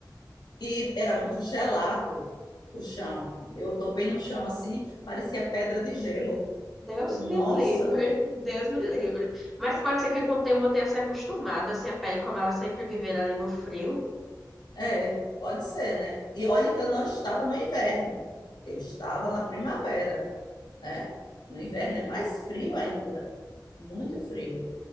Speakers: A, on the left; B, in the centre.
A: E era muito gelado o chão. Eu topei no chão assim, parecia pedra de gelo.
B: Deus
A: Eu, nossa,
B: me livre, Deus me livre. Mas pode ser que com o tempo eu tenha se acostumado, assim, a pele, como ela sempre viver ali no frio.
A: é, pode ser, né? E olha que eu não estava no inverno, eu estava na primavera. né? No inverno é mais frio ainda, muito frio.